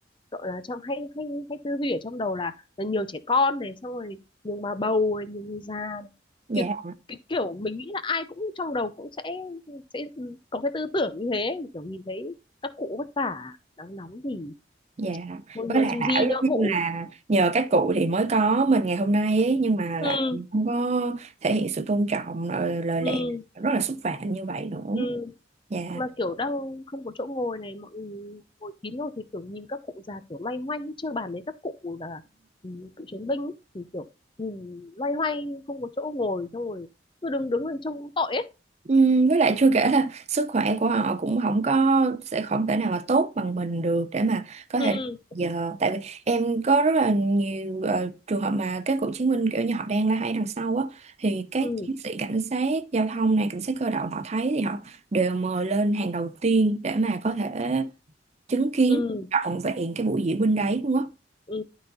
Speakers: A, on the left (about 25°); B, on the right (about 35°).
A: gọi là trong hay hay hay tư duy ở trong đầu là, là nhiều trẻ con này xong rồi nhiều bà bầu này, nhiều người già này.
B: dạ
A: kiểu cái kiểu mình nghĩ là ai cũng trong đầu cũng sẽ sẽ có cái tư tưởng như thế kiểu nhìn thấy các cụ vất vả nắng nóng thì
B: dạ
A: thôi
B: với lại
A: uh, du
B: bảo
A: di
B: giống
A: nhỡ
B: như
A: cụ
B: là nhờ các cụ thì mới có mình ngày hôm nay ấy nhưng mà
A: ừ
B: lại không có thể hiện sự tôn trọng ờ, lời
A: ừ
B: lẽ rất là xúc phạm như vậy nữa
A: ừ
B: dạ
A: mà kiểu đang không có chỗ ngồi này mọi người ngồi kín rồi thì kiểu nhìn các cụ già kiểu loay hoay chưa bàn đến các cụ là ừ, cựu chiến binh ấy, thì kiểu nhìn loay hoay không có chỗ ngồi xong rồi cứ đứng đứng lên trông cũng tội ấy
B: Ừm, với lại chưa kể là sức khỏe của họ cũng không có sẽ không thể nào mà tốt bằng mình được để mà có
A: ừ
B: thể giờ tại vì em có rất là nhiều ờ, trường hợp mà các cựu chiến binh kiểu như họ đang la hay đằng sau á thì các
A: ừ
B: chiến sĩ cảnh sát giao thông này cảnh sát cơ động họ thấy thì họ đều mời lên hàng đầu tiên để mà có thể chứng kiến
A: ừ
B: trọn vẹn cái buổi diễu binh đấy luôn á
A: ừ